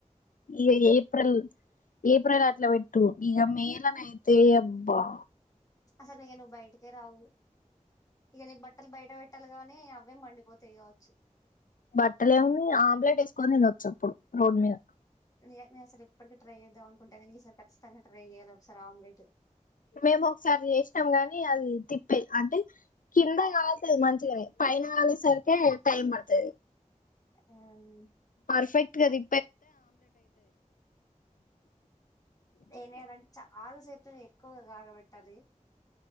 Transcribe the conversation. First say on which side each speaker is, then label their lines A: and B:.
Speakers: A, on the left; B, on the left.
A: ఇగా ఇప్పుడు ఏప్రిల్ అట్లా పెట్టు ఇక మేలనైతే అబ్బా
B: అసలు ఇక నువ్వు బయటకే రావు ఇక నీ బట్టలు బయట పెట్టాలి గానీ అవే మండిపోతాయి కావచ్చు
A: బట్టలేముంది ఆమ్లెట్ ఏస్కొని తినొచ్చప్పుడు రోడ్మీద
B: నే నేనసలు ఇప్పటికి ట్రై చేద్దాం అనుకుంట కానీ ఈ సారి ఖచ్చితంగా ట్రై చేయాల ఒకసారి ఆమ్లెట్
A: మేము ఒకసారి చేస్నాం గాని అది తిప్పేయ్ అంటే కింద కాలతది మంచిగానే పైన కాలేసరికే టైం పడతది
B: యాన్
A: పర్ఫెక్ట్ గది
B: ఏంజేయాలంటే చాలా సేపుతోనె ఎక్కువగా కాగబెట్టాలి